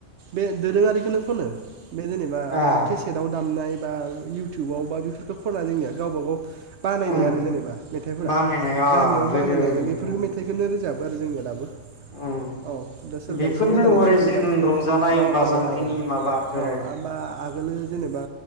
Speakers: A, on the right; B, on the left.
A: बे दोरोङारिखौनो खनो। बे जेनेबा
B: आ
A: केसेटआव दामनाय। बा इउटुबाव बा बेफोरफोरखौ खना जोंनिया गावबा गाव बानायनाय
B: उम
A: आरो जेनेबा मेथाइफोरा
B: बानायनाय आ
A: गामियावनो
B: गोदोनि
A: बानायनाय बेफोर
B: उम
A: मेथाइखौनो रोजा बो आरो जोंनिया दाबो। औ
B: उम
A: दा सोरबा
B: बेफोरनो
A: एसे गोदानै
B: अरिजिन
A: सुजुबाय
B: रंजानाय
A: मा
B: बाजानायनि
A: औ औ
B: माबाफोर
A: औ औ बा आगोलो जेनेबा